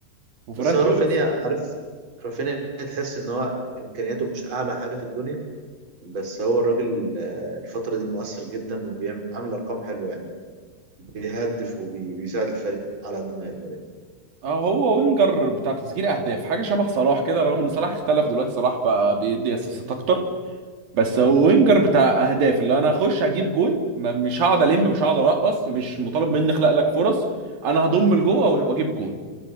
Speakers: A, on the right; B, on the right.
A: وفران
B: بس هو
A: توريس
B: رافينيا عارف رافينيا تحس ان هو امكانياته مش اعلى حاجه في الدنيا بس هو الراجل آه، الفتره دي مؤثر جدا وبيعمل عامل ارقام حلوه يعني بيهدف وبيساعد الفريق على قد ما يقدر يعني.
A: اه هو وينجر بتاع تسجيل اهداف حاجه شبه صلاح كده رغم ان صلاح اختلف دلوقتي صلاح بقى بيدي اسيستات اكتر بس هو وينجر بتاع اهداف اللي انا هخش هجيب جون ما- مش هقعد الم مش هقعد ارقص مش مطالب مني اخلق لك فرص انا هضم لجوه واجيب جون